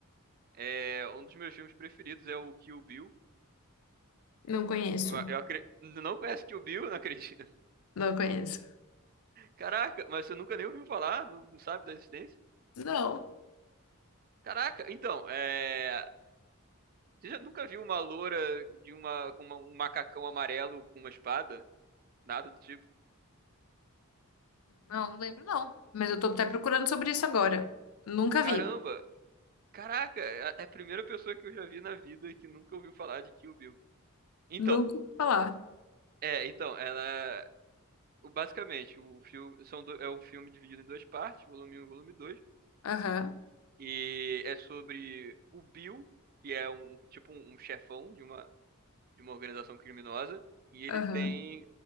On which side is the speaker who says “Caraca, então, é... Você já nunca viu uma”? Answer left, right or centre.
Right